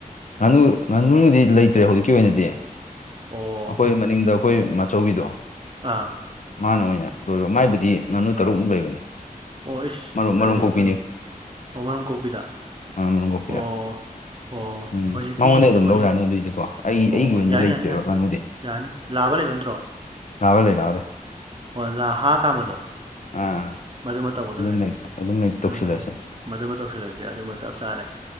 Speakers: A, on the left; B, on the right.
A: ꯉꯥꯅꯨ, ꯉꯥꯅꯨꯗꯤ ꯂꯩꯇ꯭ꯔꯦ ꯍꯧꯖꯤꯛꯀꯤ ꯑꯣꯏꯅꯗꯤ
B: ꯑꯣ
A: ꯑꯈꯣꯏ ꯃꯅꯤꯡꯗ ꯑꯈꯣꯏ ꯃꯥꯆꯧꯕꯤꯗꯣ
B: ꯑꯥ
A: ꯃꯥꯅ ꯑꯣꯏꯅ ꯂꯣꯏꯕ ꯃꯥꯏꯕꯨꯗꯤ ꯉꯥꯅꯨ ꯇꯔꯨꯛꯃꯨꯛ ꯂꯩꯕꯅꯤ
B: ꯑꯣ ꯏꯁ
A: ꯃꯔꯨꯝ
B: ꯐꯔꯦ
A: ꯃꯔꯨꯝ ꯀꯣꯛꯄꯤꯅꯤ
B: ꯀꯩꯅꯣ ꯑꯣ ꯃꯔꯨꯝ ꯀꯣꯛꯄꯤꯗ
A: ꯑꯥ ꯃꯔꯨꯝ ꯀꯣꯛꯄꯤꯗ
B: ꯑꯣ ꯑꯣ
A: ꯎꯝ
B: ꯍꯧꯖꯤꯛꯇꯤ
A: ꯃꯉꯣꯟꯗꯩ ꯑꯗꯨꯝ
B: ꯍꯧꯖꯤꯛꯇꯤ
A: ꯂꯧ ꯌꯥꯅꯤ ꯑꯗꯨꯏꯗꯤꯀꯣ ꯑꯩ
B: ꯑꯣ
A: ꯑꯩꯒꯤ ꯑꯣꯏꯅꯗꯤ
B: ꯌꯥꯅꯤ
A: ꯂꯩꯇ꯭ꯔꯦꯕ
B: ꯌꯥꯅꯤ ꯌꯥꯅꯤ
A: ꯉꯥꯅꯨꯗꯤ
B: ꯌꯥꯅꯤ ꯂꯥꯕ ꯂꯩꯕ ꯅꯠꯇ꯭ꯔꯣ
A: ꯂꯥꯕ ꯂꯩ ꯂꯥꯕ ꯂꯩ
B: ꯑꯣ ꯂ ꯍꯥ ꯀꯥꯝꯕꯗꯣ
A: ꯑꯥ
B: ꯃꯗꯨꯃ ꯇꯧꯒꯗꯕꯅꯦ
A: ꯑꯗꯨꯝ ꯂꯩ ꯑꯗꯨꯝ ꯍꯦꯛ ꯇꯧꯁꯤꯜꯂꯁꯤ
B: ꯎꯝ ꯃꯗꯨꯃ ꯇꯧꯁꯤꯜꯂꯖꯦ ꯑꯗꯨꯃ ꯆꯞ ꯆꯥꯔꯦ